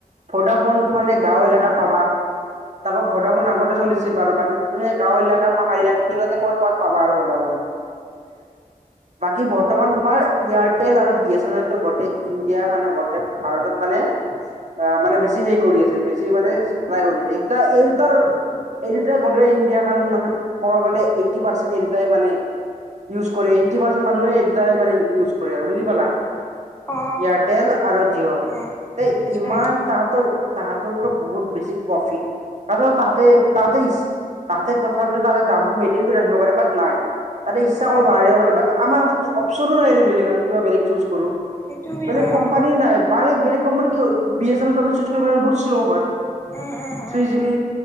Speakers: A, on the right; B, on the left.
A: ফডাফোন তোমাৰ এই গাঁও এলেকাত পাবা তাকো ভডাফোন আগতে চলিছিল বাৰু তাত তুমি গাঁও এলেকা পাহাৰীয়া তাতে ক'ত ক'ত পাবা আৰু ভডাফোন বাকী বৰ্তমান তোমাৰ এয়াৰটেল আৰু বিএ চেনেলটো গোটেই ইণ্ডিয়া মানে গোটেই ভাৰতত মানে অ মানে বেছি হেৰি কৰি আছে বেছি মানে চলাই কৰি এ এই দুটাৰ এই দুটাই গোটেই ইণ্ডিয়াখন মানে কব গলে এইটটি পাৰ্চেন্ট এই দুটাই মানে ইউজ কৰে এইটি পাৰ্চেণ্ট মানুহে এই দুটাই মানে ইউজ কৰে আৰু বুজি পালা
B: অ
A: ইয়াত আৰু জিঅ
B: অ আচ্ছা
A: ইমান তাহঁতৰ তাহাঁতৰো বহুত বেছি প্ৰফিট তাৰপিছত তাহাঁতে-তাহাঁতে তাহাঁতে তথাপিতো তাৰে দামটো মেইনটেইন কৰি ৰাখিব পাৰে নাই তাহাঁতে ইচ্ছা
B: উম
A: কৰি বাহিৰ আমাৰ হাতত অপশনো নাই বেলেগ আমি কিবা বেলেগ চুজ কৰো
B: সেইটো
A: বেলেগ
B: হয়
A: কোম্পানী
B: অ
A: নাই বা এই বেলেগ কোম্পানী কি হয় বিএছ চেনেলটো আমি চুজ কৰিব বহুত স্ল' হয়
B: উম উম
A: থিজিবি,
B: উম